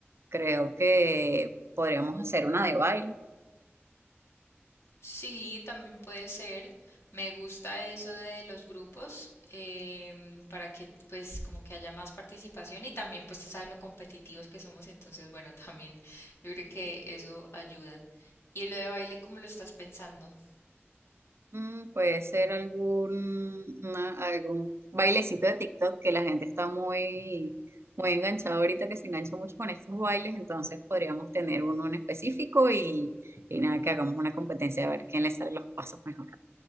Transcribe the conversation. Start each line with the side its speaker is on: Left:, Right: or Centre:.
Right: Creo que podríamos hacer una de baile
Left: Sí, también puede ser. Me gusta eso de los grupos em, para que pues como que haya más participación y también pues tú sabes lo competitivos que somos, entonces bueno, <laughs> también yo creo que eso ayuda. Y lo de baile, ¿cómo lo estás pensando?
Right: Mm, puede ser algún, una- algún bailecito de TikTok que la gente está muy, muy enganchada ahorita, que se engancha mucho con estos bailes, entonces podríamos tener uno en específico y, y nada, que hagamos una competencia a ver quién le sale los pasos mejor.